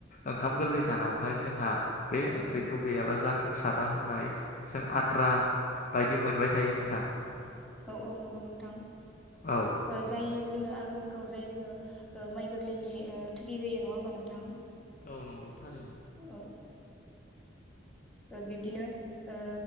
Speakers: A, on the left; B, in the centre.
A: ओंखाम गोरलै जानायावहाय जोंहा बे
B: औ
A: ओंख्रिखौ गैयाबा जाफ फुंसारा होननाय जों आद रा बायदि मोनबाय थायो नोंथां
B: औ औ नंगौ नोंथां
A: औ
B: ओ जाय जोङो आघोन मांघोआव जाय जोङो ओ माइ गोरलैनि थोगि होयो नङा होमबा नोंथां?
A: औ नंगौ। थारैनो।
B: औ ओ बिब्दिनो ओ